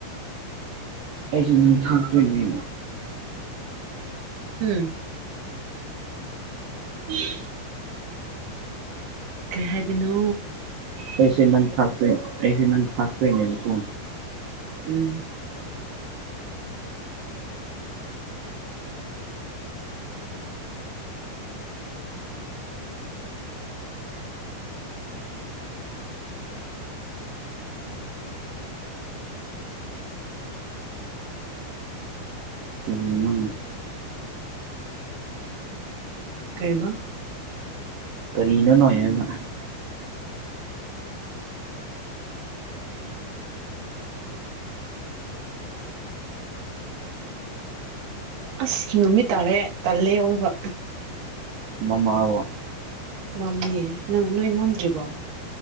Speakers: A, on the right; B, on the right.
A: ꯑꯩꯁꯨ ꯅꯪ ꯊꯥꯛꯇꯣꯏꯅꯦ
B: ꯎꯝ ꯎ <unintelligible> ꯀꯩ ꯍꯥꯏꯕꯅꯣ
A: ꯑꯩꯁꯦ ꯅꯪ ꯊꯥꯛꯇꯣꯏ ꯑꯩꯁꯦ ꯅꯪ ꯊꯥꯛꯇꯣꯏꯅꯦꯕꯀꯣ
B: ꯎꯝ
A: ꯀꯔꯤꯅꯣ
B: ꯀꯩꯕ
A: ꯀꯔꯤꯅꫭ ꯅꫭꯏꯅ
B: ꯑꯁ ꯅꯨꯃꯤꯠ ꯇꯥꯔꯦ ꯇꯜꯂꯦ ꯑꯑꫭꯏꯕ
A: ꯃꯃꯥ
B: ꯃꯝꯌꯦ ꯅꯪ ꯅꯣꯏ ꯃꯝꯗ꯭ꯔꯤꯕꯣ